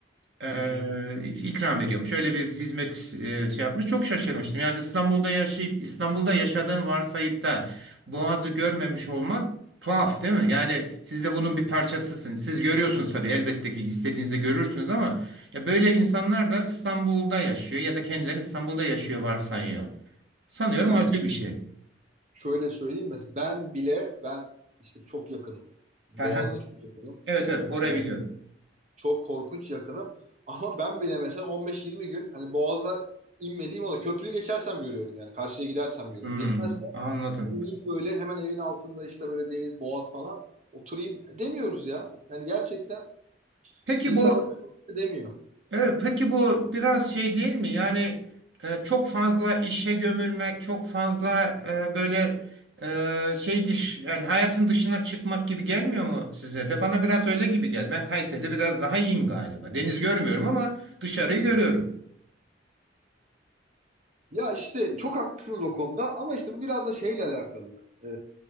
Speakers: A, on the right (about 90°); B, on the right (about 40°).
A: e,
B: Hı hı hı.
A: ikram ediyormuş. Öyle bir hizmet e, şey yapmış. Çok şaşırmıştım. Yani İstanbul'da yaşayıp İstanbul'da yaşadığını varsayıp da Boğaz'ı görmemiş olmak tuhaf değil mi? Yani siz de bunun bir parçasısınız. Siz görüyorsunuz tabii elbette ki istediğinizde görürsünüz ama ya böyle insanlar da İstanbul'da yaşıyor ya da kendilerini İstanbul'da yaşıyor varsayıyor. Sanıyorum
B: Yani
A: acı bir şey.
B: şöyle söyleyeyim mesela ben bile ben işte çok yakınım. Boğaz'a
A: Aha.
B: çok yakınım.
A: Evet evet orayı
B: Yani
A: biliyorum.
B: Çok korkunç yakınım. Ama ben bile mesela 15-20 gün hani Boğaz'a inmediğim oluyor. Köprüyü geçersem görüyorum yani. Karşıya gidersem görüyorum.
A: Hmm,
B: gitmez.
A: anladım.
B: oturayım böyle hemen evin altında işte böyle deniz, boğaz falan oturayım demiyoruz ya. Yani gerçekten
A: Peki
B: insan
A: bu
B: yapmak demiyor.
A: Evet, peki bu biraz şey değil mi? Yani e, çok fazla işe gömülmek, çok fazla e, böyle e, şey dış yani hayatın dışına çıkmak gibi gelmiyor mu size de? Bana biraz öyle gibi geldi. Ben Kayseri'de biraz daha iyiyim galiba. Deniz görmüyorum ama dışarıyı
B: Hı
A: görüyorum.
B: hı. Ya işte çok haklısınız o konuda ama işte bu biraz da şeyle alakalı. Ee,